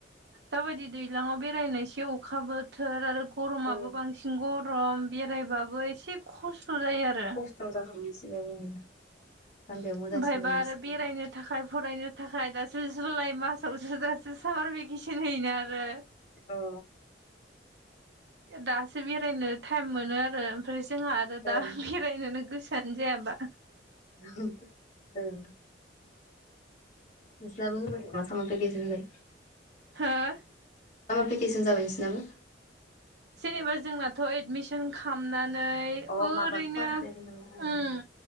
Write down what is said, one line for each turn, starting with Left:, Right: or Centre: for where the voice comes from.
Right: दाबायदि दैलाङाव बेरायनायसै अखा बोथोर आरो गरमाबो
Left: औ
Right: बांसिन गरम बेरायबाबो एसे खस्थ' जायो आरो
Left: गिथाव जाखायो इसेबाबो औ थान्दायाव
Right: ओमफ्रायबा
Left: मोजांसिन जायो
Right: आरो
Left: इसे।
Right: बेरायनो थाखाय फरायनो थाखाय दासो जुलाइ मासावसो दासो सामार भेकेसन होयोना आरो
Left: औ
Right: दासो बेरायनो थाइम मोनो आरो ओमफ्राय जोंहा आरो दा
Left: ओं
Right: बेराय नेनो गोसोयानो जाया दा।
Left: <unintelligible> औ नोंस्राबो होबाय नामा सामार फेखेसन होबाय।
Right: हो?
Left: <unintelligible>
Right: जेनेबा जोंनाथ' एडमिसन खालामामनानै
Left: अ
Right: ओरैनो
Left: माबा क्लास जायाखै नामा ओं
Right: ओम